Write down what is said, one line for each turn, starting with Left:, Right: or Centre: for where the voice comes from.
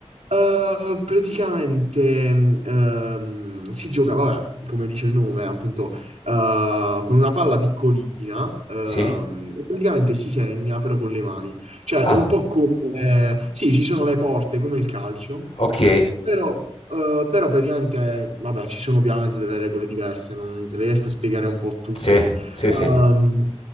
Right: Eh, praticamente mh, ehm, si gioca, vabbè, come dice il nome, appunto, eh, con una palla piccolina, ehm,
Left: Sì?
Right: e praticamente si segna però con le mani. Cioè,
Left: Ah,
Right: è un po' come... sì, ci sono le porte, come il calcio,
Left: ok.
Right: però, eh, però praticamente, eh, vabbè, ci sono ovviamente delle regole diverse, non te le riesco a spiegare un po' tutte.
Left: Sì, sì,
Right: Ehm,
Left: sì.